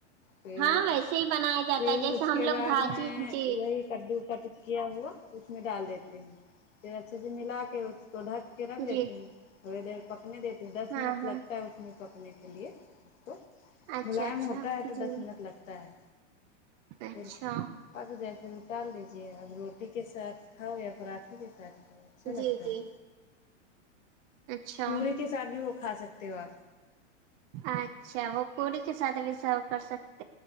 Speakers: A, on the left (about 85°); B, on the right (about 40°).
A: پھر
B: ہاں ویسے ہی بنایا جاتا
A: پھر
B: ہے
A: اس
B: جیسے ہم
A: کے
B: لوگ
A: بعد
B: بھاجی
A: میں
B: جی
A: کدو کٹ کیا ہوا اس میں ڈال دیتے ہیں پھر اچھے سے ملا کے تو ڈھک کے رکھ دیتی
B: جی
A: ہوں تھوڑی دیر پکنے دیتی ہوں دس
B: ہاں
A: منٹ
B: ہاں
A: لگتا ہے اس میں پکنے کے لیے اس کو
B: اچھا
A: ملائم
B: اچھا
A: ہوتا ہے تو
B: جی
A: دس منٹ لگتا ہے پھر
B: اچھا
A: پک جائے پھر اتار لیجیے اب روٹ ی کے ساتھ کھاؤ یا پراٹھے کے ساتھ کاؤ اچھا لگتا
B: جی جی
A: ہے
B: اچھا
A: پوری کے ساتھ بھی وہ کھا سکتے ہو آپ
B: اچھا وہ پوری کے ساتھ بھی سروے کر سکتے